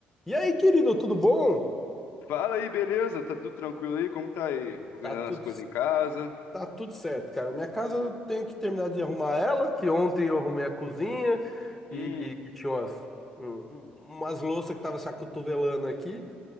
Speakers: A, in the centre; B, on the left.
A: E aí, querido, tudo bom?
B: Fala aí, beleza? Tá tudo tranquilo aí? Como tá aí? Organizando
A: Tá tudo,
B: as coisas em casa?
A: tá tudo certo, cara. Minha casa eu tenho que terminar de arrumar ela, que ontem eu arrumei a cozinha e
B: Hum,
A: que tinha umas, um- um, umas louças que estavam se acotovelando aqui.